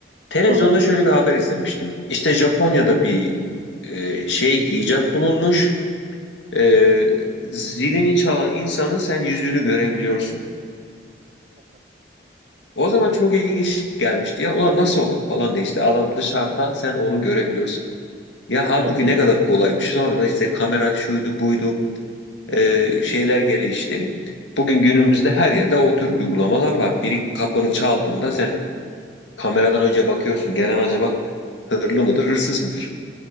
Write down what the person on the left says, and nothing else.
televizyonda
şöyle bir haber izlemiştim. İşte Japonya'da bir e, şey icat bulunmuş. E, zilini çalan insanın sen yüzünü görebiliyorsun. O zaman çok ilginç gelmişti ya. Ulan nasıl olur falan diye işte adam dışarıda sen onu görebiliyorsun. Ya halbuki
ne kadar kolaymış. Sonra da işte kamera şuydu buydu e, şeyler gelişti. Bugün günümüzde her yerde o tür uygulamalar var. Biri kapını çaldığında sen kameradan önce bakıyorsun. Gelen acaba hırlı mıdır, hırsız mıdır?